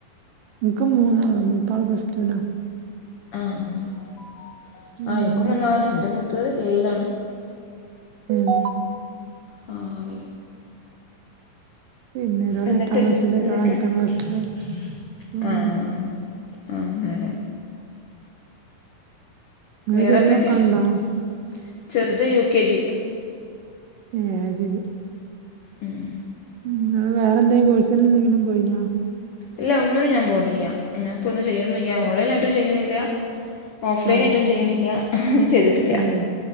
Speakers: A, on the right; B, on the left.
A: ഇൻക്ക് മൂന്നാള് മൂത്താള് പ്ലസ്റ്റൂനാ.
B: ആഹ് ആഹ് ആഹ്
A: പിന്നെ
B: ആഹ് ൻക്കും മുന്നാണ്. ഇന്റെ മൂത്തത് ഏയിലാണ്.
A: ഉം
B: നാല്
A: പിന്നെ ഒരാള്
B: എന്ന്ട്ട്
A: എട്ടാം ക്ലാസ്സില് ഒരാള്
B: എന്തൊക്കെ
A: അഞ്ചാം ക്ലാസ്സില്
B: ആഹ്
A: അങ്ങനെ
B: ആഹ്
A: പോണ്
B: ആഹ് അങ്ങനെ ലെ
A: ഇങ്ങക്ക്
B: വേറെന്തെക്കെ
A: മക്കളുണ്ടോ
B: ചെറിയ മക്കൾണ്ട ചെറ്ത് യുകെജി
A: ഏഹ് അയ് ശെരി.
B: ഉം
A: ഉം ങ്ങള് വേറെന്തേം കോഴ്സിനെന്തെങ്കിലും പോയിനോ?
B: ഇല്ല ഒന്നിനും ഞാ പോണിയ്യ ഞാപ്പൊന്നും ചെയ്യനുയ്യ ഓൺലൈൻ ആയിട്ടും ചെയ്യ്ണില്ല. ഓഫ്‌ലൈനായിട്ടും
A: ആഹ്
B: ചെയ്യ്ണില്ല ഒന്നും ചെയ്തിട്ടില്ല
A: ഏഹ്